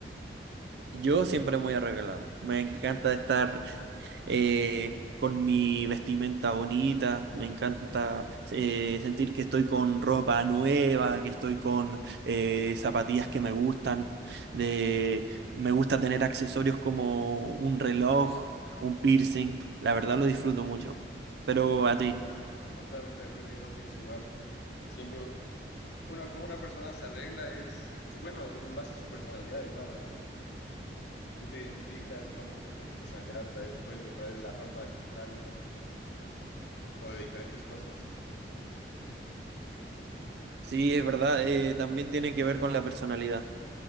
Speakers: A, on the right; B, on the left.
A: yo siempre muy arreglado. Me encanta estar eh, con mi vestimenta bonita, me encanta eh, sentir que estoy con ropa nueva, que estoy con eh, zapatillas que me gustan. De, me gusta tener accesorios como un reloj, un piercing. La verdad lo disfruto mucho. Pero
B: No, igual,
A: a ti.
B: totalmente de acuerdo, igual pienso igual. Siempre, uno, como una persona se arregla es, su, bueno, en base a su personalidad igual, ¿no? Tú te identificas cómo eres con tu personalidad a través, pues, a través de la ropa, de mostrarlo, o de diferentes cosas.
A: Sí, es verdad, eh, también tiene que ver con la personalidad.